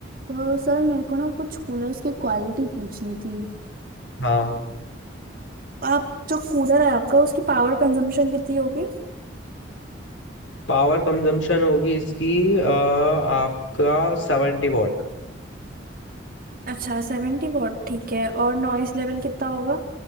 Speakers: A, on the right; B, on the left.
A: तो सर मेरे को ना कुछ कूलर्स की क्वालिटी पूछनी थी
B: हाँ
A: आप जो कूलर है आपका उसकी पावर कंजम्पशन कितनी होगी
B: पावर कंजम्पशन होगी इसकी अ, आपका सेवेंटी वॉट
A: अच्छा सेवेंटी वॉट ठीक है और नॉइस लेवल कितना होगा